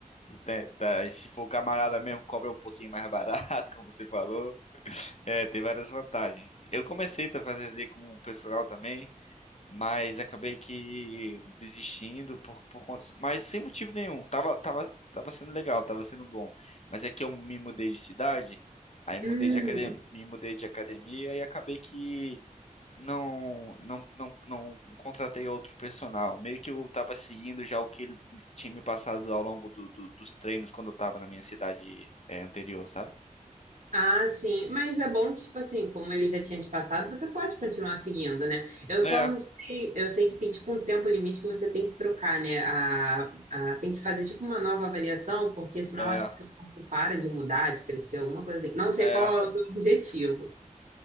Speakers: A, on the left (about 50°); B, on the right (about 65°).
A: E, tá, tá- e se for camarada mesmo, cobra um pouquinho mais barato, <laughs> como você falou. É, tem várias vantagens. Eu comecei a fazer Z com o personal também. Mas acabei que desistindo por, por conta, mas sem motivo nenhum. Tava, tava, tava sendo legal, tava sendo bom. Mas é que eu me mudei de cidade, aí mudei
B: Hum,
A: de academia, me mudei de academia e acabei que não, não, não, não contratei outro personal. Meio que eu tava seguindo já o que ele tinha me passado ao longo do, do- dos treinos quando eu tava na minha cidade, é, anterior, sabe?
B: ah, sim. Mas é bom que, tipo assim, como ele já tinha te passado, você pode continuar seguindo, né? Eu só
A: É,
B: não sei, eu sei que tem tipo um tempo limite que você tem que trocar, né? A, a, tem que fazer tipo uma nova avaliação, porque senão
A: é,
B: acho que seu corpo para de mudar, de crescer, alguma coisa assim. Não sei
A: é.
B: qual
A: <laughs>
B: é o seu objetivo.